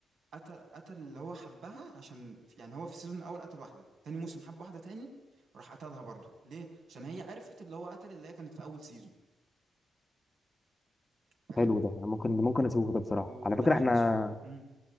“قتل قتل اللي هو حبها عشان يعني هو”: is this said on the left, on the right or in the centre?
Right